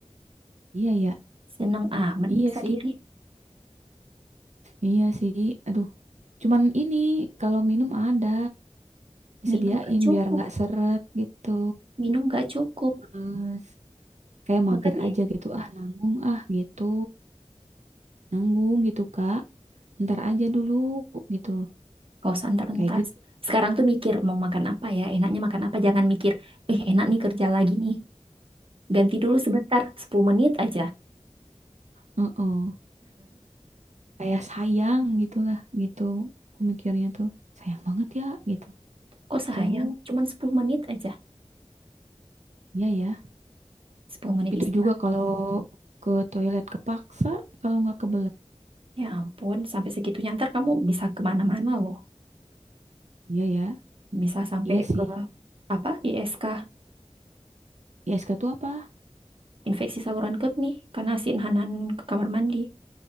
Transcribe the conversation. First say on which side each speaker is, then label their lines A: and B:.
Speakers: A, on the right; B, on the right.
A: iya ya
B: seneng amat
A: iya
B: nyiksa
A: sih
B: diri
A: iya sih aduh cuman ini kalau minum ada disediain
B: minum gak cukup
A: biar nggak seret gitu
B: minum gak cukup
A: Hmm. Terus kayak mager
B: makan ya
A: aja gitu ah nanggung ah gitu nanggung gitu kak ntar aja dulu gitu
B: Gak usah entar-entar.
A: kayak gitu
B: Sekarang tuh mikir mau makan apa ya, enaknya makan apa. Jangan mikir, eh enak nih kerja lagi nih. Ganti dulu sebentar, sepuluh menit aja.
A: Heeh. kayak sayang gitulah gitu aku mikirnya tuh sayang banget ya gitu
B: Kok sayang,
A: tuh
B: cuman 10 menit aja.
A: iya ya
B: sepuluh menit
A: itu
B: istirahat.
A: juga kalau ke toilet kepaksa kalau nggak kebelet
B: Ya ampun, sampai segitunya ntar kamu bisa kemana-mana loh.
A: iya ya
B: Bisa sampai
A: iya sih
B: ke apa ISK,
A: ISK tuh apa
B: infeksi saluran kemih, karena si Hanan ke kamar mandi.